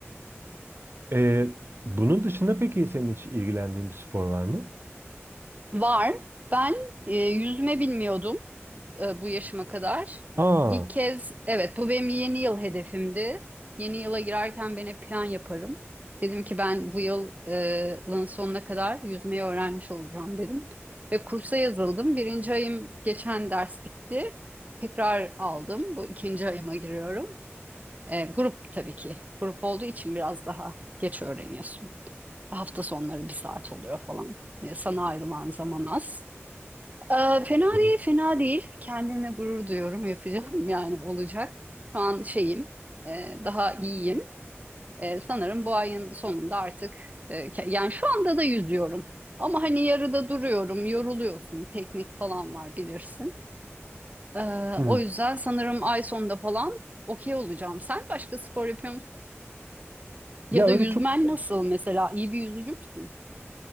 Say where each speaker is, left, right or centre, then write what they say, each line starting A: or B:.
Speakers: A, on the right; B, on the right.
A: Ee, bunun dışında peki senin hiç ilgilendiğin bir spor var mı?
B: Var. Ben e, yüzme bilmiyordum e, bu yaşıma kadar.
A: Aa.
B: İlk kez evet bu benim yeni yıl hedefimdi. Yeni yıla girerken ben hep plan yaparım. Dedim ki ben bu yıl, e, yılın sonuna kadar yüzmeyi öğrenmiş olacağım dedim. Ve kursa yazıldım. Birinci ayım geçen ders bitti. Tekrar aldım. Bu ikinci ayıma giriyorum. E, grup tabii ki. Grup olduğu için biraz daha geç öğreniyorsun. Hafta sonları bir saat oluyor falan. E, sana ayrılan zaman az. Ee, fena
A: Hı
B: değil, fena değil. Kendimle gurur duyuyorum, yapacağım <laughs> yani olacak. Şu an şeyim, e, daha iyiyim. E, sanırım bu ayın sonunda artık, e, ke- yani şu anda da yüzüyorum. Ama hani yarıda duruyorum, yoruluyorsun, teknik falan var bilirsin. Ee,
A: hı.
B: o yüzden sanırım ay sonunda falan okey olacağım. Sen başka spor yapıyor musun? Ya
A: Ya
B: da
A: öyle
B: yüzmen
A: çok
B: nasıl mesela? İyi bir yüzücü müsün?